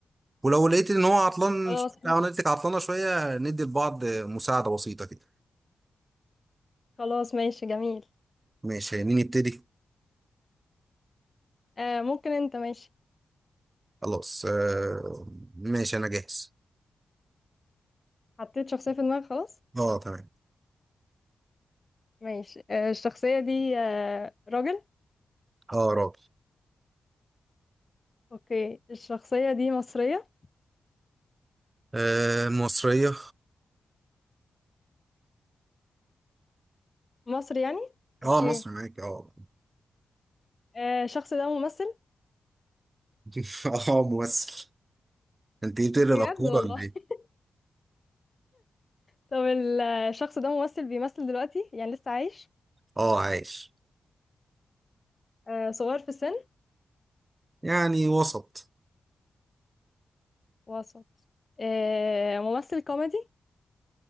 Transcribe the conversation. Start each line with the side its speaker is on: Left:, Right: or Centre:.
Right: ولو لقيت ان هو عطلان
Left: خلاص
Right: شوية او انا لقيتك عطلانه شويه ندي لبعض مساعده بسيطه كده
Left: خلاص ماشي جميل
Right: ماشي مين يبتدي
Left: آه ممكن انت ماشي
Right: خلاص آه ماشي انا جاهز
Left: حطيت شخصية في دماغك خلاص
Right: اه تمام
Left: ماشي آه الشخصية دي آه راجل
Right: اه راجل
Left: اوكي الشخصية دي مصرية
Right: آه مصرية
Left: مصر يعني
Right: اه
Left: اوكي
Right: مصري معاك اه
Left: آه الشخص ده ممثل
Right: <laughs> اه ممثل انت إيه بتقري
Left: بجد
Right: الافكار
Left: والله
Right: ولا ايه
Left: <laughs> طب ال- آه، الشخص ده ممثل بيمثل دلوقتي يعني لسه عايش
Right: اه عايش
Left: آه صغير في السن
Right: يعني وسط
Left: وسط آه ممثل كوميدي